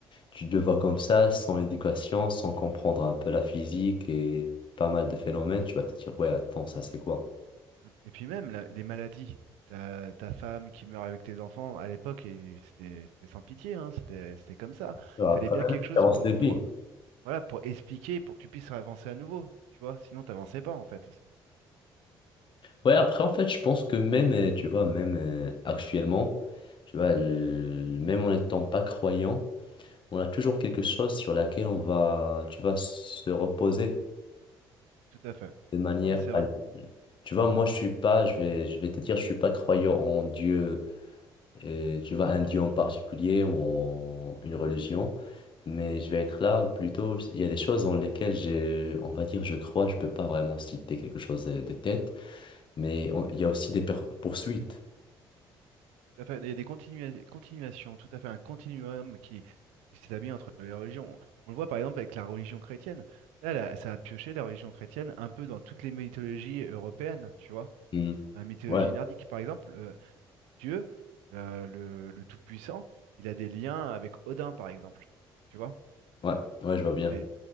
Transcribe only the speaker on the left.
tu le vois comme ça, sans éducation, sans comprendre un peu la physique et pas mal de phénomènes. Tu vas te dire, ouais, attends, ça c'est quoi?
Tu vois,
Après,
même
espérance
de
vie.
Ouais, après, en fait, je pense que même, euh, tu vois, même euh, actuellement, tu vois, l- même en n'étant pas croyant, on a toujours quelque chose sur laquelle on va, tu vas se reposer
de manière.
Tu vois, moi, je suis pas, je vais, je vais te dire, je suis pas croyant en Dieu euh, tu vois, un dieu en particulier ou en- une religion, mais je vais être là plutôt, il y a des choses dans lesquelles j'ai, on va dire, je crois, je peux pas vraiment citer quelque chose euh, de tête, mais on- il y a aussi des per- poursuites.
Hmm.
Ouais,
ouais, ouais, je vois bien.